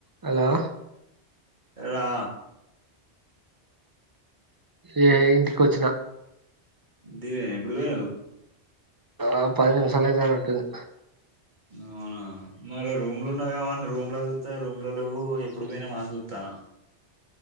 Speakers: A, on the right (about 25°); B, on the right (about 40°).
A: Hello
B: రా
A: ఏ ఇంటికి వచ్చిన
B: దీవేనా ఎప్పుడు పోయినవు
A: ఆ పది నిమిషాలయితానట్టుంది
B: అవునా మరి రూమ్లున్నావేమో అని రూమ్ లో చూత్తే రూమ్ లో లెవ్వు ఎప్పుడు పోయినావా అని చూత్తన